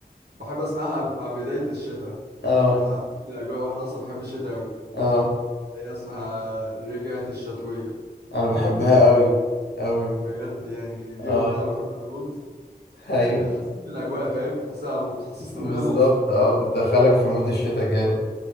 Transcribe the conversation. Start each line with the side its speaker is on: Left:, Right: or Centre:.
Right: بحب اسمعها مع بدايه الشتاء
Left: اه
Right: بتحسسني الاجواء وانا اصلا بحب الشتاء قوي
Left: اه
Right: هي اسمها رجعت الشتويه
Left: انا بحبها قوي قوي
Right: بجد يعني دي
Left: اه
Right: اغنيه بحبها قوي
Left: ايوه
Right: بتحسسني بالاجواء فاهم بتحسسها بتحسسني
Left: <laughs> بالظبط
Right: ان انا مبسوط
Left: اه
Right: كده
Left: بتدخلك في مود الشتاء جامد